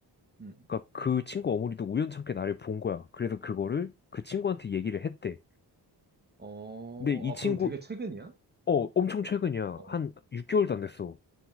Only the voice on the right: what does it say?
응,
어,
아,
그럼 되게 최근이야?
어,